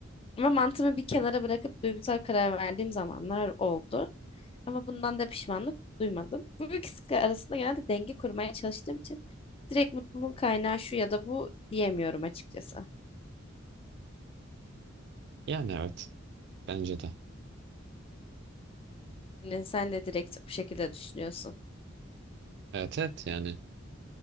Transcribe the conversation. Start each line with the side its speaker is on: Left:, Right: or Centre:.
Left: Ama mantığımı bir kenara bırakıp duygusal karar verdiğim zamanlar oldu. Ama bundan da pişmanlık duymadım. Bu ikisi arasında genelde denge kurmaya çalıştığım için direkt mutluluğun kaynağı şu ya da bu diyemiyorum açıkçası.
Right: Yani evet. Bence de.
Left: Yani sen de direkt bu şekilde düşünüyorsun.
Right: Evet evet yani.